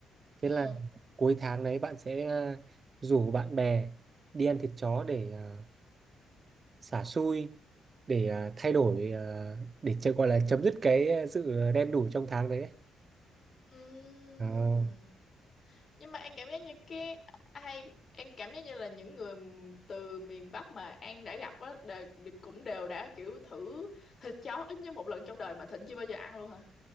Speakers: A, on the right; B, on the left.
A: thế
B: ừ.
A: là cuối tháng đấy bạn sẽ ờ, rủ bạn bè đi ăn thịt chó để ờ, xả xui để ờ, thay đổi ờ, để cho gọi là chấm dứt cái ờ, sự đen đủi trong tháng đấy đấy
B: Ừm.
A: à,
B: nhưng mà An cảm giác như cái ai An cảm giác như là những người m- từ miền Bắc mà An đã gặp á đều, đều- cũng đều đã kiểu thử thịt chó ít nhất một lần trong đời mà Thịnh chưa bao giờ ăn luôn hả